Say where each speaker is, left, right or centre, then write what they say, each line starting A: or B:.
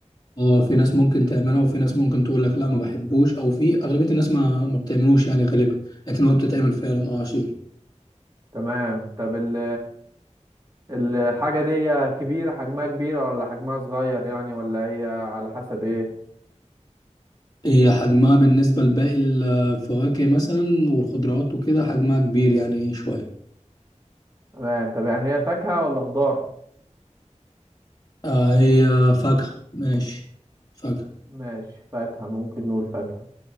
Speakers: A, on the left (about 30°); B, on the right (about 30°).
A: هو في ناس ممكن تعملها وفي ناس ممكن تقول لك لا ما بحبوش او في اغلبية الناس ما ما بتعملوش يعني غالبا لكن هو بتتعمل فعلا اه عصير
B: تمام طب ال الحاجة دي كبيرة حجمها كبيرة ولا حجمها صغير يعني ولا هي على حسب ايه
A: هي حجمها بالنسبة لباقي الفواكه مثلا والخضروات وكده حجمها كبير يعني شوية
B: تمام طب يعني هي فاكهة ولا خضار
A: آه هي فاكهة ماشي فاكهة
B: ماشي فاكهة ممكن نقول فاكهة